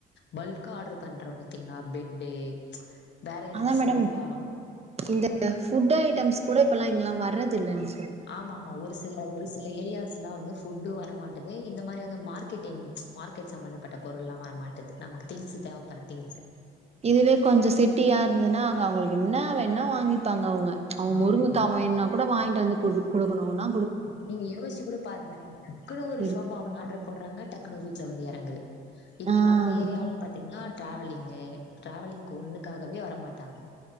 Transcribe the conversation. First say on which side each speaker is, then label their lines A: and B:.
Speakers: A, on the left; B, on the right.
A: பல்க்கா ஆர்டர் பண்ற பாத்தீங்களா பெட்டு வேற யாரா
B: அதா மேடம்
A: சோபா
B: இந்த ஃபுட் ஐட்டம்ஸ் கூட இப்பொல்லா இங்கல்லா வர்றதுல்லன்
A: ஆமா ஆமா ஒரு சில ஒரு சில ஏரியாஸ்லா வந்து ஃபுட்டு வரமாட்டுது இந்த மாரி வந்து மார்க்கெட்டிங் மார்க்கெட் சம்மந்தப்பட்ட பொருள்லா வர மாட்டுது நமக்கு திங்ஸ் தேவப்பட்ற திங்ஸு
B: இதுவே கொஞ்ச சிட்டியா இருந்ததுன்னா அங்க அவங்களுக்கு என்ன வேண்ணா வாங்கிப்பாங்க அவுங்க அவு
A: ஆமா.
B: முருங்கக்கா வேணுனா கூட வாங்கிட்டு வந்து குடு குடுக்கணுனா
A: நீங்க யோசிச்சு கூட பாருங்களே டக்குன்னு ஒரு
B: இருக்கு
A: சோபா ஒன்னு ஆர்டர் போடுறாங்க டக்குன வீட்ல வந்து எறங்குது இதுவே
B: ஆ
A: நம்ம ஏரியாவல்லா பாத்தீங்கன்னா ட்ராவலிங்கு டிராவலிங்க்கு ஒன்னுக்காகவே வரமாட்டாங்க